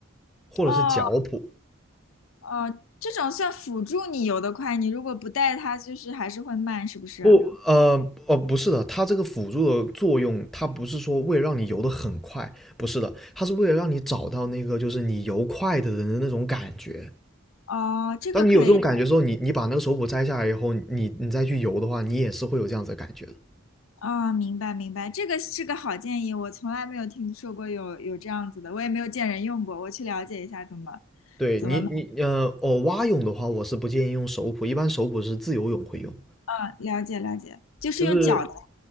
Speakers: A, in the centre; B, on the left.
A: 或者是脚蹼。
B: 哦哦，这种算辅助你游得快，你如果不带它，就是还是会慢，是不是？
A: 不，呃，哦，不是的，它这个辅助的作用，它不是说为了让你游得很快，不是的，它是为了让你找到那个就是你游快的人的那种感觉。
B: 哦，这个可以。
A: 当你有这种感觉的时候，你你把那个手蹼摘下来以后，你你再去游的话，你也是会有这样子的感觉的。
B: 哦，明白明白，这个是个好建议，我从来没有听说过有有这样子的，我也没有见人用过，我去了解一下怎么
A: 对你你呃哦蛙泳的话，
B: 怎么，
A: 我是不建议用手蹼，一般手蹼是自由泳会用，
B: 啊，了解了解，就是用脚的，
A: 就是